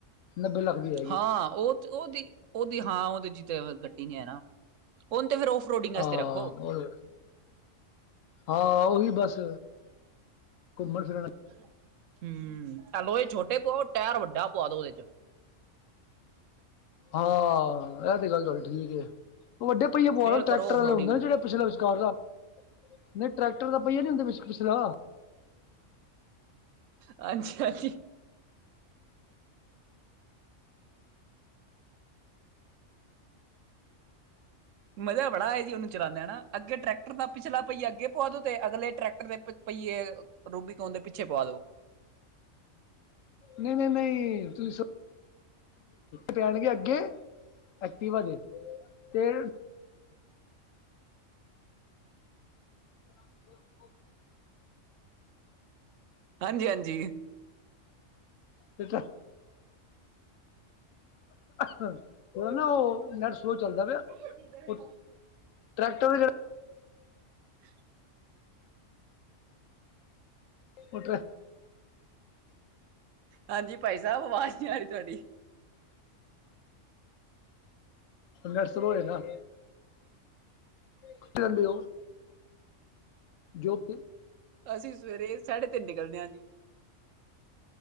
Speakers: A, on the left; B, on the right.
A: ਨੱਬੇ ਲੱਖ ਦੀ ਹੈ
B: ਹਾਂ ਉਹ ਉਹਦੀ ਉਹਦੀ ਹਾਂ ਉਹਦੇ ਚ ਤੇ ਕੱਢਡੀ ਨੀ ਹੈ ਨਾ ਹੁਣ ਤੇ ਫਿਰ ਓਫਰੋਡਿੰਗ ਵਾਸਤੇ
A: ਹਾਂ
B: ਰੱਖੋ
A: ਹਾਂ ਉਹੀ ਬਸ ਘੁੰਮਣ ਫਿਰਨ
B: <unintelligible> <inaudible> ਹਮ ਐਲੋ ਇਹ ਛੋਟੇ ਪਾਆਓ ਟਾਇਰ ਵੱਡਾ ਪਾਆ ਦੋ ਉਹਦੇ ਚ
A: ਹਾਂ ਇਹ ਤੇ ਗੱਲ ਚੱਲ ਠੀਕ ਉਹ ਵੱਡੇ ਪਹੀਆਂ ਪ
B: ਫੇਰ
A: ਟਰੈਕਟਰ
B: ਕਰੋ ਆਫ
A: ਵਾਲੇ
B: ਰੋਡਿੰਗ
A: ਹੁੰਦੇ ਨੇ ਜਿਹੜੇ ਪਿਛਲਾ ਵਿਚਕਾਰ ਦਾ ਨਹੀਂ ਟਰੈਕਟਰ ਦਾ ਪਹੀਆ ਨੀ ਉਹਦੇ ਵਿੱਚ ਪਿਛਲਾ
B: ਅਾਂਜੀ ਅਜੀ ਮਜ਼ਾ ਬੜਾ ਹੈਆ ਜੀ ਉਹਨੂੰ ਚਲਾਉਂਦੇ ਹੈ ਹਨ ਅੱਗੇ ਟਰੈਕਟਰ ਤਾਂ ਪਿਛਲਾ ਪਈਏ ਅੱਗੇ ਪੁਆਧੋ ਤੇ ਅਗਲੇ ਟਰੈਕਟਰ ਦੇ ਪਈਏ ਰੂਬੀ ਕੌਣ ਦੇ ਪਿੱਛੇ ਪਾ ਦੋ
A: ਨਹੀਂ ਨਹੀਂ ਨਹੀਂ ਤੁਸੀਂ ਸ ਪੈਣਗੇ ਅੱਗੇ ਐਕਟਿਵਾ ਆ ਦੇ ਤੇ <unintelligible> <inaudible>
B: ਹਾਂਜੀ ਹਾਂਜੀ
A: ਤੇ ਤਾਂ ਥੋੜਾ ਨਾ ਉਹ ਨੈਟ ਸਲੋਅ ਚੱਲਦਾ ਪਿਆ
B: ਹ
A: ਉਹ ਟਰੈਕਟਰ ਵੀ
B: <unintelligible> <inaudible>
A: ਉਟਰ
B: ਹਾਂਜੀ ਭਾਈ ਸਾਹਿਬ ਅਵਾਜ਼ ਨਹੀਂੀ ਆ ਰਹੀ ਤੁਹਾਡੀ
A: ਘਰ ਸ ਲੋੋਏ ਨਾ ਕੀ ਕਹਿੰਦੇ ੳ ਜੋਬ ਤੇ
B: ਅਸੀਂ ਸਵੇਰੇ ਸਾਢੇ ਤਿੰਨ ਨਿਕਲਦੇ ਹਾਂ ਜੀ